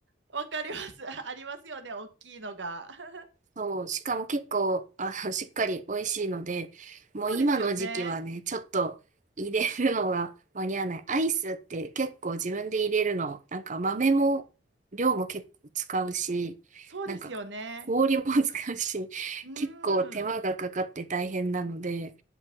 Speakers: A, on the right; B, on the right.
A: わかります。<laughs> ありますよね。大きいのが。<laughs>
B: そう、しかも結構、あの、<laughs> しっかり美味しいので、もう今の時期はね、
A: そうですよね。
B: ちょっと入れるのが間に合わない。アイスって結構自分で入れるの、なんか豆も、量も結構使うし、
A: そうですよね。
B: なんか氷も <laughs> 使うし、<laughs>
A: うーん。
B: 結構手間がかかって大変なので、